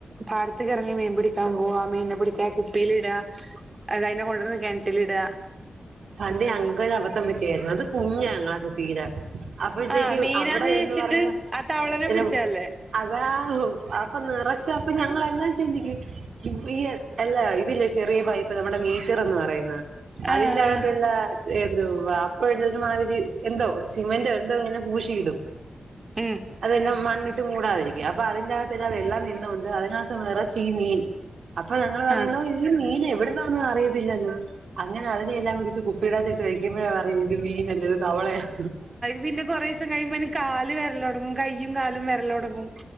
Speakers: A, on the right (about 35°); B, on the right (about 80°).
A: പാടത്ത്ക്ക്‌ എ റങ്ങി മീൻ പിടിക്കാൻ പോവാ മീൻനെ പിടിക്കാ കുപ്പിയിലിട അയിനെ കൊണ്ടന്ന് കെൻറ്റിലിട
B: പണ്ട് ഞങ്ങക്കൊരു അബദ്ധം പറ്റിയായിരുന്നു അത് കുഞ്ഞ ഞങ്ങളക്കെ തീരെ അപ്പോഴത്തേക്കും
A: ആ മീനാന്ന്
B: അവിടെ എന്ന്
A: വെച്ചിട്ട്
B: പറയുന്ന
A: ആ തവളനെ
B: ഇ
A: പിടിച്ചതല്ലേ
B: അതാഹ അപ്പൊ നിറച്ച അപ്പ ഞങ്ങളെല്ലാം ഈ അല്ല ഇതില്ല ചെറിയ പൈപ്പ് നമ്മുടെ മീറ്റർന്ന് പറയുന്ന
A: ആ
B: അതിന്റെ ആഗത്ത്
A: ആ
B: എല്ലാ എന്ത അപ്പഴ എത്തന് മാതിരി എന്തോ സിമെന്റോ എന്തോ ഇങ്ങനെ പൂഷിയിടും
A: ഉം
B: അതെല്ലാം മണ്ണിട്ട് മൂടാതിരിക്കുക അപ്പൊ അതിന്റെകത്ത്ല്ല വെള്ളം നിന്നുകൊണ്ട് അതിനകത്ത് നിറച്ചീ മീൻ അപ്പൊ ഞങ്ങൾ പറയുന്ന
A: ആ
B: മീൻ എവിടുന്നന്നും അറിയത്തില്ലല്ലോ അങ്ങനെ അതിനെ എല്ലാം കൂടി ഇത്തിട്ട് വെക്കുമ്പഴേ പറയും ഇത് മീൻല്ലത് തവളയാണ്
A: പിന്നെ കുറ ദിവസം കഴിയുമ്പോന് കാല് വിരല തുടങ്ങും കയ്യും കാലും വിരലടങ്ങും